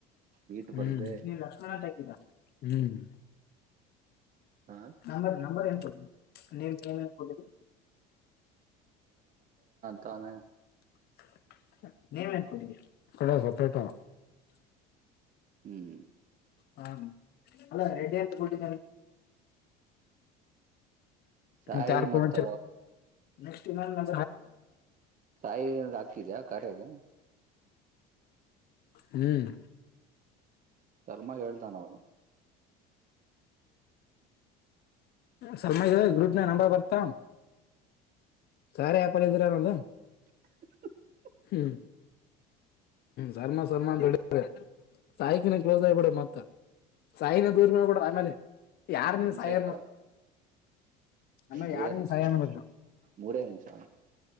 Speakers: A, on the right (about 45°); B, on the left (about 55°).
A: ನೀಟ್ ಬರ್ದೆ
B: ಹ್ಮ್ ಹ್ಮ್
A: ಹ
B: ನಂಬರ್ ನಂಬರ್ ಏನ್ ಕೊತ ನೀಮ ಏನ್ತ
A: ತಾನೆ
B: <unintelligible>
A: ಹ್ಮ್
B: ಹಾ ಅಲ್ಲ ರೆಡ್ಡಿ ಅಂತ ಕೊಲಿ
A: ಸಾಯಿ
B: ಮತ್ತೆ ಯಾರ ಫೋನ್
A: ಮತ್ತ
B: ಹಚ್ಚಿಲ್ಲಾ
A: ಸಾಯಿಂದ ಹಾಕಿದ್ಯಾ ಕರೆಗೆ
B: ಹ್ಮ್
A: ಶರ್ಮ ಹೇಳ್ತಾನ ಅವರು
B: ಸಲ್ಮ ಗ್ರೂಪ್ ನ ನಂಬರ್ ಬರ್ತಾ ಸಾರ ಯಾಪಲ್ಲ ಇದೀರಾ ನದು
A: <inaudible>
B: ಹ್ಮ್ ಸರ್ಮಾ ಸರ್ಮಾ ಅಂತಾರೆ ಸಾಯಕಿನ ಕ್ಲೋಸ್ ಆಗ್ಬಿಡ ಮತ್ತ ಸಾಯಿನ ದೂರ್ ಮ ಕೂಡ ಆಮೇಲೆ ಯಾರ್
A: ಮೂರ್
B: ನೀ
A: ನಿಮಿಷ
B: ಸಾಯ.
A: ಆಯ್ತು ಬರ
B: ಆಮೇಲೆ
A: ಮೂರೇ
B: ಯಾರ್ ನೀನ್
A: ನಿಮಷ
B: ಸಾಯ ಅನ್ಬೇಕು
A: ಮೂರೇ ನಿಮಿಷ.